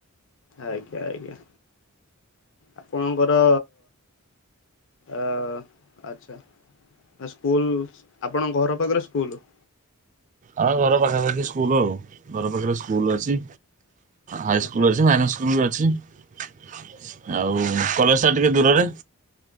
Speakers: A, on the left (about 55°); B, on the right (about 35°).
A: ଆଜ୍ଞା ଆଜ୍ଞା ଆପଣଙ୍କର ଆ ଆଚ୍ଛା ସ୍କୁଲ ଆପଣଙ୍କ ଘର ପାଖରେ ସ୍କୁଲ?
B: ଆଁ ଘର ପାଖା ପାାଖି ସ୍କୁଲ ଆଉ ଘର ପାଖରେ ସ୍କୁଲ ଅଛି ହାଇ
A: ଆଚ୍ଛା
B: ସ୍କୁଲ ଅଛି ମାଇନାସ୍ ସ୍କୁଲ ଅଛି ଆଉ କଲେଜଟା ଟିକେ ଦୂରରେ।